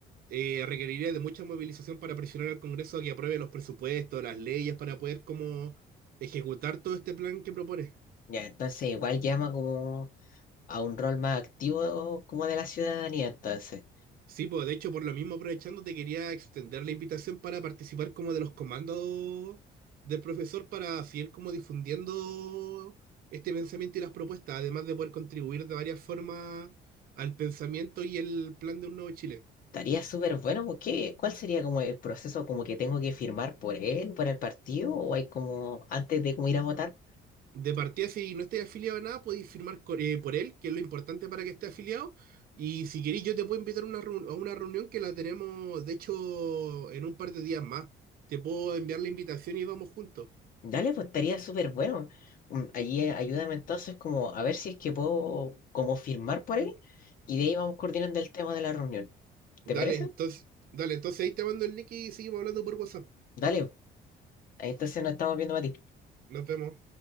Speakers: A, on the right; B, on the left.
A: eh, requeriría de mucha movilización para presionar al Congreso a que apruebe los presupuestos, las leyes, para poder como ejecutar todo este plan que propone.
B: Ya, entonces igual llama como a un rol más activo como de la ciudadanía, entonces.
A: Sí, pues de hecho, por lo mismo aprovechando, te quería extender la invitación para participar como de los comandos del profesor para seguir como difundiendo este pensamiento y las propuestas, además de poder contribuir de varias formas al pensamiento y el plan de un nuevo Chile.
B: Estaría súper bueno, porque ¿cuál sería como el proceso como que tengo que firmar por él, por el partido, o hay como antes de como ir a votar?
A: De partida, si no estáis afiliado a nada, podéis firmar co- eh, por él, que es lo importante para que esté afiliado. Y si queréis, yo te puedo invitar a una, reun- a una reunión que la tenemos, de hecho, en un par de días más. Te puedo enviar la invitación y vamos juntos.
B: Dale, pues estaría súper bueno. Mm, Allí eh, ayúdame entonces como a ver si es que puedo como firmar por él y de ahí vamos coordinando el tema de la reunión.
A: Dale,
B: ¿Te parece?
A: entonces, dale, entonces ahí te mando el link y seguimos hablando por WhatsApp.
B: Dale, En esta escena estamos viendo a Mati.
A: Nos vemos.